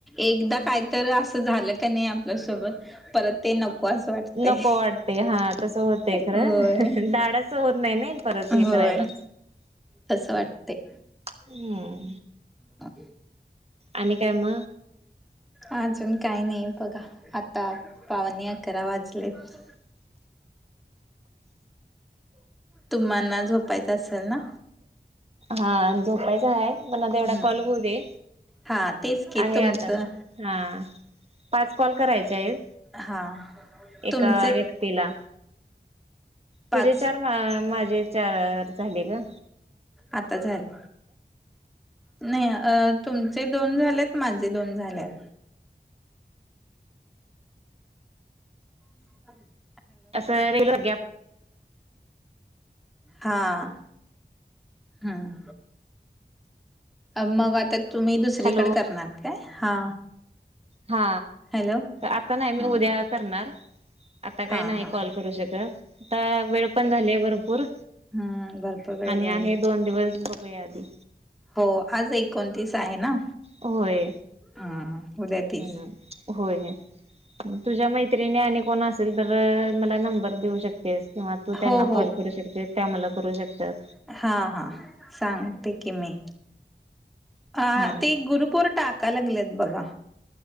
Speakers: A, in the centre; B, on the right (about 35°).
A: एकदा काय तर, असं झालं का नाही आपल्यासोबत, परत ते नको असं वाटतंय
B: नको वाटतय, हा तसं होतय खरं,
A: होय
B: धाडस च होत नाही नाय परत हे
A: होय
B: करायला.
A: तसं वाटते
B: हम्म
A: हा
B: आणि काय म?
A: अजून काय नाही बघा, आता पावण्यात करा वाजलेत तुम्हाना झोपायच असल ना?
B: हा, झोपायच हाय मला
A: हम्म
B: तेवढा कॉल होऊ दे,
A: हा तेच की
B: आहे
A: तुमचं
B: आता, हा पाच कॉल करायचे आहेत?
A: हा
B: एका
A: तुमचे
B: व्यक्तीला,
A: पाच
B: तुझे चार हा माझे चार झाले ना?
A: आता झाले नाही अ, तुमचे दोन झालेत, माझे दोन झाल्यात हम्
B: असं, रील गॅप
A: हा, हम्, अब म वातत तुम्ही दुसरीकडं
B: हॅलो
A: करणार काय? हा
B: हा,
A: हॅलो
B: आता नाय, मी
A: हा
B: उद्या करणार आता
A: हा
B: काय नाय
A: हा
B: कॉल करू शकत, आता वेळ पण झालीय भरपूर
A: हम्म भरपूर वेळ
B: आणि
A: झाले
B: आहे दोन दिवस, बघू या आधी
A: हो, आज एकोणतीस आहे ना?
B: होय,
A: हा उद्या तीस
B: <unintelligible> होय तुझ्या मैत्रिणी आणि कोण असल, तर मला नंबर देऊ शकतेस, किंवा तू त्यांना
A: हो हो
B: कॉल करू शकते, त्या मला करू शकतात
A: हा, हा, सांगते की मी आ,
B: हा
A: ते गुरुपुर टाकाय लागलेत बघा